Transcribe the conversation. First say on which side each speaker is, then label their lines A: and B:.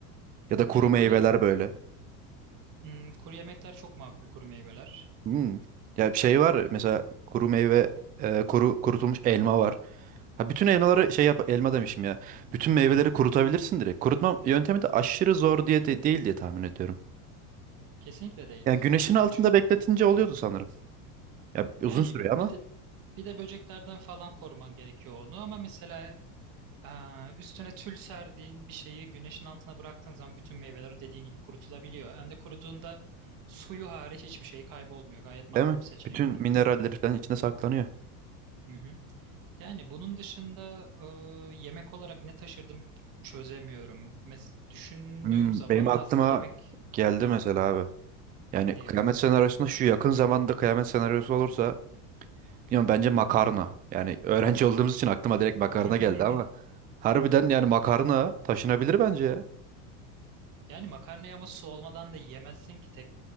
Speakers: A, on the right; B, on the right.
A: Ya da kuru
B: Yani kuru
A: meyveler böyle.
B: Hmm, kuru yemekler çok makul kuru meyveler.
A: Hmm. Ya bir şey var mesela kuru meyve e, kuru kurutulmuş elma var. Ha bütün elmaları şey yap elma demişim ya. Bütün meyveleri kurutabilirsin direkt. Kurutma yöntemi de aşırı zor diye de- değil diye tahmin ediyorum.
B: Kesinlikle değil.
A: Yani güneşin
B: Ben
A: altında
B: çü-
A: bekletince oluyordu sanırım. Ya uzun
B: yani
A: sürüyor ama
B: bir de bir de böceklerden falan koruman gerekiyor onu ama mesela e, üstüne tül serdiğin bir şeyi güneşin altına bıraktığın zaman bütün meyveler o dediğin gibi kurutulabiliyor. Hem de kuruduğunda suyu hariç hiçbir şey kaybolmuyor. Gayet makul
A: değil mi?
B: bir seçenek
A: Bütün
B: kuru meyve.
A: mineralleri falan içinde saklanıyor.
B: Hı hı. Yani bunun dışında e, yemek olarak ne taşırdım çözemiyorum. Mes düşündüğüm
A: Hmm,
B: zaman
A: benim
B: hazır
A: aklıma
B: yemek.
A: geldi
B: Ha,
A: mesela abi. Yani
B: ne
A: kıyamet
B: gibi?
A: senaryosunda şu yakın zamanda kıyamet senaryosu olursa bilmiyorum bence makarna. Yani öğrenci olduğumuz için aklıma direkt makarna
B: <laughs>
A: geldi ama harbiden yani makarna taşınabilir bence ya.
B: Yani makarnayı ama su olmadan da yiyemezsin ki tek